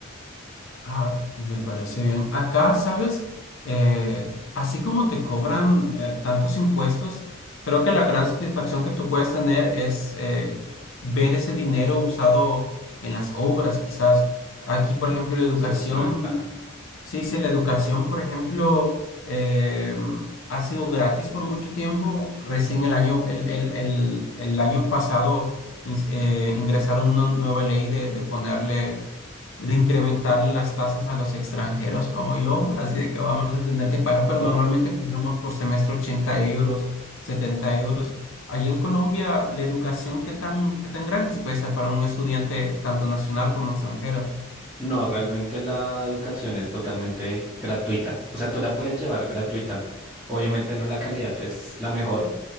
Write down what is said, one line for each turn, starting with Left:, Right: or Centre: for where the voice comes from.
Left: Ah, me parece bien. Acá, ¿sabes? Eh, así como te cobran eh, tantos impuestos, creo que la gran satisfacción que tú puedes tener es eh, ver ese dinero usado en las obras, quizás. Aquí, por ejemplo, la educación,
Centre: Sí, esa es una ventaja.
Left: sí, sí, la educación, por ejemplo, eh, ha sido gratis por mucho tiempo. Recién el año, el, el, el, el año pasado ins- eh, ingresaron una nueva ley de de ponerle de incrementar las tasas a los extranjeros como yo, así de que vamos a tener que pagar, pero
Centre: Oh.
Left: normalmente pagamos por semestre 80 euros, 70 euros. Allí en Colombia, ¿la educación qué tan, qué tan gratis puede ser para un estudiante tanto nacional como extranjero?
Centre: No, realmente la educación es totalmente gratuita. O sea, tú la puedes llevar gratuita. Obviamente no la calidad es la mejor,